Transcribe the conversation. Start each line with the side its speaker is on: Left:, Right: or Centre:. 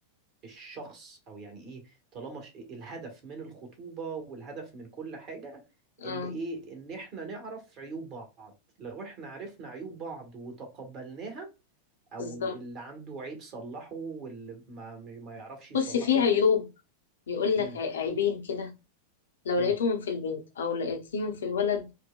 Right: الشخص او يعني ايه طالما ش... الهدف من الخطوبة والهدف من كل حاجة
Left: اه
Right: ان ايه ان احنا نعرف عيوب بعض لو احنا عرفنا عيوب بعض وتقبلناها او
Left: بالظبط
Right: اللي عنده عيب صلحه واللي ما ما يعرفش يصلحه
Left: بصي في عيوب يقول لك
Right: امم
Left: عي- عيبين كده لو
Right: امم
Left: لقيتهم في البنت او لقيتهم في الولد